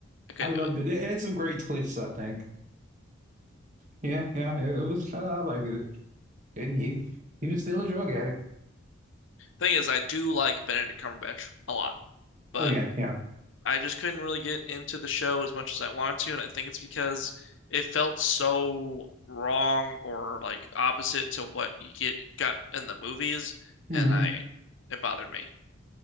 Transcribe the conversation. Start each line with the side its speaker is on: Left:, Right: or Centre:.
Left: I couldn't
Right: I loved
Left: do it.
Right: it. It had some great twists, I think. Yeah, yeah, it, it was. I, I liked it. And he he was still a drug addict.
Left: Thing is, I do like Benedict Cumberbatch a lot, but
Right: Oh yeah, yeah.
Left: I just couldn't really get into the show as much as I wanted to, and I think it's because it felt so wrong or like opposite to what you get got in the movies,
Right: hmm
Left: and I it bothered me.